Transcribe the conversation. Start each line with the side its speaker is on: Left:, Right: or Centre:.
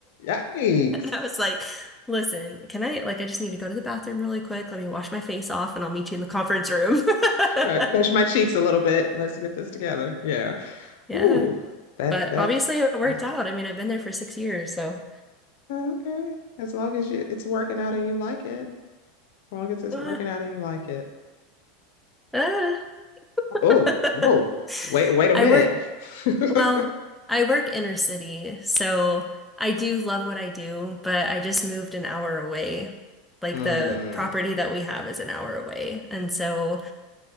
Left: Yikes.
Centre: And I was like, listen, can I like I just need to go to the bathroom really quick. Let me wash my face off and I'll meet you in the conference room. <laughs>
Left: All right, pinch my cheeks a little bit. Let's get this together. Yeah.
Centre: Yeah.
Left: Ooh, that
Centre: But
Left: that's
Centre: obviously it worked
Left: wow.
Centre: out. I mean, I've been there for six years, so
Left: Okay. As long as you, it's working out and you like it. As long as it's
Centre: uh,
Left: working out and you like it.
Centre: uh. <laughs>
Left: Oh, oh, wait, wait a minute.
Centre: I work
Left: <laughs>
Centre: Well, I work inner city, so I do love what I do, but I just moved an hour away. Like
Left: Mm,
Centre: the property that we have is an hour away. And so